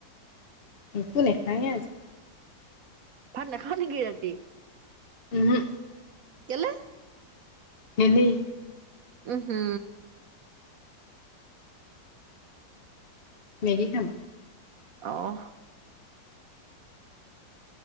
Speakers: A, on the left; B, on the right.
A: একো নেখাঙে আজি।
B: ভাত নেখাওঁ নেকি ৰাতি?
A: উমহো।
B: কেলে?
A: এনেই।
B: উহু।
A: মেগী খাম।
B: অহ।